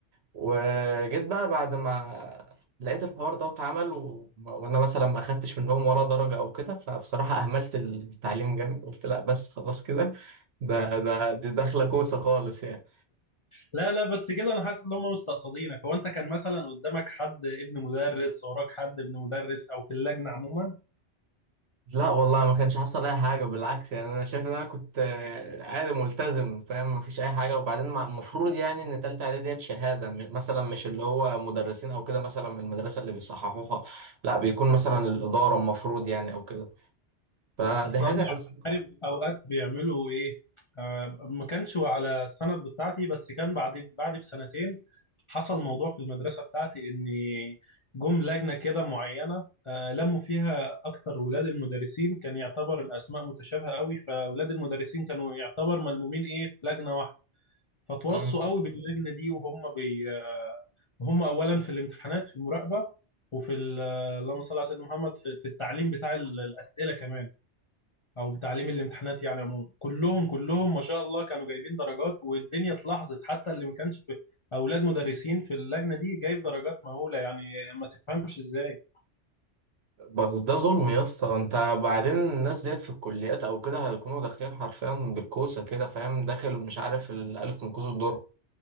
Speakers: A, on the right; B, on the left.
A: وجيت بقى بعد ما لقيت الحوار ده اتعمل و... وانا مثلا ما اخدتش منهم ولا درجة او كده فبصراحة اهملت التعليم جامد قلت لا بس خلاص كده ده ده دي داخلة كوسة خالص يعني
B: لا لا بس كده انا حاسس ان هم مستقصدينك هو انت كان مثلا قدامك حد ابن مدرس وراك حد ابن مدرس او في اللجنه عموما
A: لا والله ما كانش حصل اي حاجه بالعكس يعني انا شايف ان انا كنت آه، عادي ملتزم فاهم ما فيش اي حاجه وبعدين مع- المفروض يعني ان تالتة اعدادي ديت شهاده م- مثلا مش اللي هو مدرسين او كده مثلا من المدرسه اللي بيصححوها لا بيكون مثلا الاداره المفروض يعني او كده فدي
B: اصلا
A: حاجه اس-
B: عارف اوقات بيعملوا ايه آه ما كانش على السند بتاعتي بس كان بعد بعد بسنتين حصل موضوع في المدرسه بتاعتي ان جم لجنه كده معينه آه لموا فيها اكتر ولاد المدرسين كان يعتبر الاسماء متشابهه قوي فولاد المدرسين كانوا يعتبر ملمومين ايه في لجنه واحده فتوصوا
A: مم.
B: قوي باللجنه دي وهم بي هم اولا في الامتحانات في المراقبه وفي ال- اللهم صل على سيدنا محمد في في التعليم بتاع ال- الاسئله كمان او بتعليم الامتحانات يعني عموما كلهم كلهم ما شاء الله كانوا جايبين درجات والدنيا اتلاحظت حتى اللي ما كانش في اولاد مدرسين في اللجنه دي جايب درجات مهوله يعني ما تفهمش ازاي
A: بس ده ظلم يا اسطى انت بعدين الناس ديت في الكليات او كده هيكونوا داخلين حرفيا بالكوسه كده فاهم داخل مش عارف الالف من كوز الدر